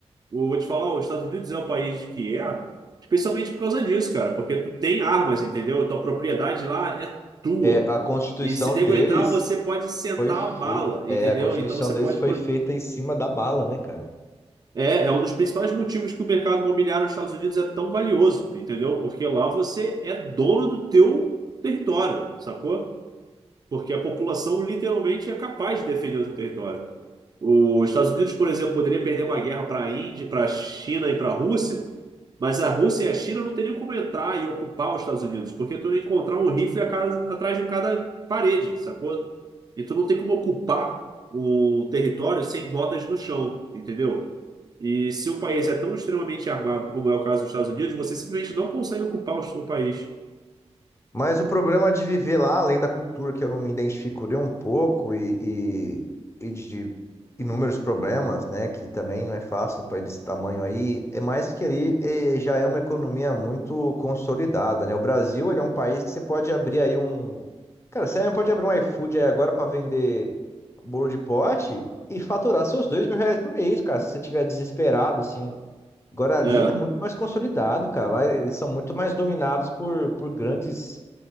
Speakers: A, on the right (about 35°); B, on the left (about 25°).
A: Eu vou te falar, os Estados Unidos é o país que é, especialmente por causa disso, cara. Porque tu tem armas, entendeu? Tua propriedade lá é tua.
B: É, a Constituição
A: E se nego
B: deles
A: entrar, você pode sentar
B: foi feita.
A: a bala,
B: É,
A: entendeu?
B: a Constituição
A: Então você
B: deles
A: pode
B: foi feita em cima da bala, né, cara?
A: É, é um dos principais motivos que o mercado imobiliário nos Estados Unidos é tão valioso, entendeu? Porque lá você é dono do teu território, sacou? Porque a população literalmente é capaz de defender o seu território. Os Estados Unidos, por exemplo, poderia perder uma guerra para a Índia, para a China e para a Rússia, mas a Rússia e a China não teriam como entrar e ocupar os Estados Unidos, porque tu ia encontrar um rifle a casa- atrás de cada parede, sacou? E tu não tem como ocupar o território sem botas no chão, entendeu? E se o país é tão extremamente armado como é o caso dos Estados Unidos, você simplesmente não consegue ocupar o, o país.
B: Mas o problema de viver lá, além da cultura que eu não me identifico nem um pouco e, e, e de inúmeros problemas, né, que também não é fácil um país desse tamanho aí, é mais que ali eh, já é uma economia muito consolidada, né? O Brasil, ele é um país que você pode abrir aí um... Cara, você mesmo pode abrir um iFood aí agora para vender bolo de pote e faturar seus dois mil reais por mês, cara, se você estiver desesperado, assim. Agora ali
A: É.
B: tá muito mais consolidado, cara. Lá eles são muito mais dominados por, por grandes